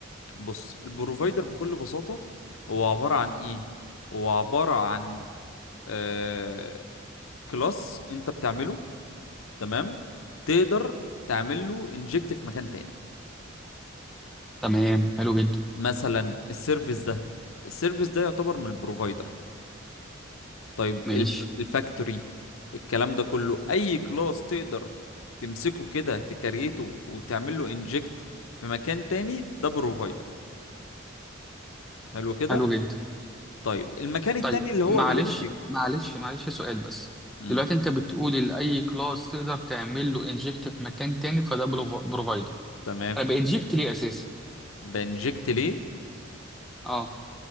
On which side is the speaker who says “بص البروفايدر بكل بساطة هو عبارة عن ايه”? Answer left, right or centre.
Left